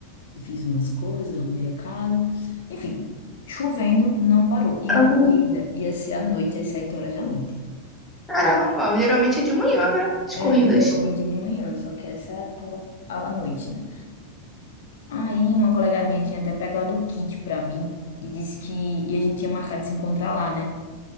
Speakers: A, on the left; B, in the centre.
A: eu fiz umas coisas, arrumei a casa. Enfim, chovendo, não parou. E
B: Aham.
A: a corrida ia ser à noite, às sete horas da noite.
B: Caramba, geralmente é de manhã, né? As
A: É,
B: corridas.
A: geralmente é de manhã, só que essa tava à à noite, né? Aí uma colega minha tinha até pegado o kit pra mim e disse que e a gente tinha marcado de se encontrar lá, né?